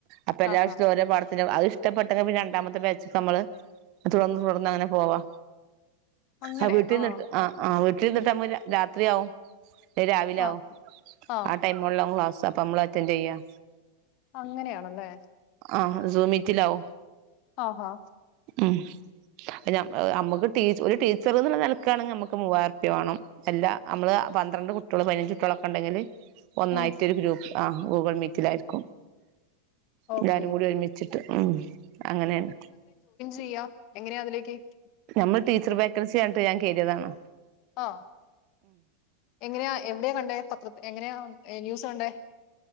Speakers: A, on the right (about 40°); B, on the left (about 40°).
A: അപ്പൊ എല്ലാ
B: ആഹാ
A: വശത്തും ഒരെ പടാ അത് ഇഷ്ടപ്പെട്ടെങ്കിൽ പിന്നെ രണ്ടാമത്തെ ബാച്ച് നമ്മള് തുടർന്ന് തുടർന്ന് അങ്ങനെ പോവാ
B: അങ്ങനെ
A: ആ വീട്ടിൽ
B: ആഹ്
A: നട്ട് ആ ആ വീ ഇരിന്നിട്ട് നമ്മ രാത്രിയാവും രാവിലെ
B: ആഹ്
A: ആവും
B: ആഹ്
A: ആ ടൈമേ ഉള്ളോ ക്ലാസ് അപ്പം നമ്മൾ അറ്റൻഡ് ചെയ്യാം
B: അങ്ങനെയാണല്ലേ
A: ആഹ് സു മിത്തിലാവ്
B: ആഹ് ഹ
A: ഉ ന അമ്മക്ക് ടീച് ഒരു ടീച്ചർന്നുള്ള നിലക്കാണെങ്കിൽ നമ്മുക്ക് മൂവായിരുപ്യ വേണം അല്ല നമ്മള് പന്ത്രണ്ട് കുട്ടികള് പതിനഞ്ച് കുട്ടികളൊക്കെ ഉണ്ടെങ്കില് ഒന്നായിട്ട്
B: ഉം
A: ഒരു ഗ്രൂപ്പ് ആ ഗൂഗിൾ മീ തിരക്കിലാരിക്കും എല്ലാരും
B: ഓക്കെ
A: കൂടി ഒരുമിച്ചിട്ട് ഉം അങ്ങനെയാണ്
B: ചെയ്യാം എങ്ങനെയാ അതിലേക്ക് <unintelligible>
A: നമ്മൾ ടീച്ചർ വേക്കെൻസി അ ഞാൻ കയറിയതണോ
B: ആഹ് എങ്ങനെയാ എവിടെയാ കണ്ടേ പത്രത്തി- എങ്ങനെയാ ന്യൂസ് കണ്ടേ